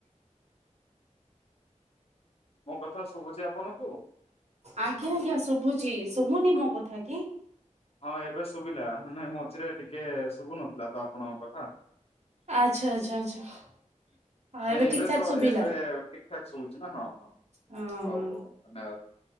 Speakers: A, on the left; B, on the right.
A: ମୋ କଥା ଶୁଭୁଛି ଆପଣଙ୍କୁ?
B: ଆଜ୍ଞା ଆଜ୍ଞା ଶୁଭୁଛିି ଶୁଭୁନି ମୋ କଥା କି?
A: ହଁ ଏବେ ଶୁଭିଲା ନାଇ ମଝିରେ ଟିକେ ଶୁଭୁ ନଥିଲା ତ ଆପଣଙ୍କ କଥା।
B: ଆଚ୍ଛା ଆଚ୍ଛା ଆଚ୍ଛା। ହଁ
A: ନାଇଁ ଏବେ
B: ଠିକ୍ ଠାକ୍
A: ତ
B: ଶୁଭିଲା।
A: ଏବେ ଠିକ ଠିକଠାକ୍ ଶୁଭୁଛି ନା ହଁ ହଁ
B: ହଁ
A: ହଉ
B: ହଁ।
A: ହଉ ଧନ୍ୟବାଦ